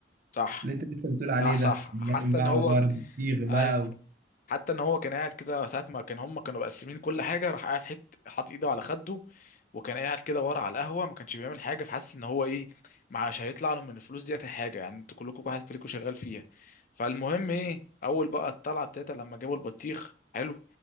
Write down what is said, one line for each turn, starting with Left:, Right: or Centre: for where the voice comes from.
Left: صح
Right: اللي انت لسه بتقول
Left: صح
Right: عليه ده
Left: صح
Right: كان
Left: حاسس
Right: نايم بقى
Left: ان
Right: على
Left: هو
Right: ظهر بطيخ بقى
Left: ايوه حتى ان هو كان قاعد كده ساعه ما كان هم كانوا مقسمين كل حاجه راح قاعد حت حاطط ايده على خده وكان قاعد كده ورا على القهوه ما كانش بيعمل حاجه فحس ان هو ايه معاش هيطلع له من الفلوس ديت حاجه يعني انتوا كلكم واحد فيكم شغال فيها فالمهم ايه اول بقى الطلعه بتاعتها لما جابوا البطيخ حلو